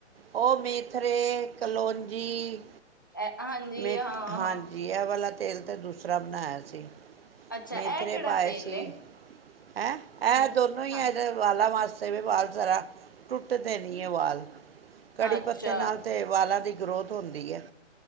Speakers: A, on the right (about 55°); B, on the left (about 20°).
A: ਉਹ ਮੇਥਰੇ ਕਲੋਂਜੀ
B: ਐ ਹਾਂਜੀ
A: ਮੇ
B: ਹਾਂ
A: ਹਾਂਜੀ
B: ਹਾਂ
A: ਇਹ ਵਾਲਾ ਤੇਲ ਤੇ ਦੂਸਰਾ ਬਣਾਇਆ ਸੀ
B: ਅੱਛਾ
A: ਮੇਥਰੇ
B: ਇਹ ਕਿਹੜਾ
A: ਪਾਏ
B: ਤੇਲ
A: ਸੀ
B: ਏ
A: ।ਹੈਂ ਇਹਂ
B: ਹਮ
A: ਦੋਨੋ ਹੀ
B: ਹਾਂ
A: ਹੈ ਗੇ ਵਾਲਾ ਵਾਸਤੇ ਇਸਸੇ ਵੀ ਵਾਲ ਜ਼ਰਾ ਟੁੱਟਦੇ ਨਹੀਂ ਹੈ ਵਾਲ ਕੜੀ
B: ਅੱਛਾ
A: ਪੱਤੇ ਨਾਲ ਤੇ ਵਾਲਾਂ ਦੀ ਗਰੋਥ ਹੁੰਦੀ ਹੈ।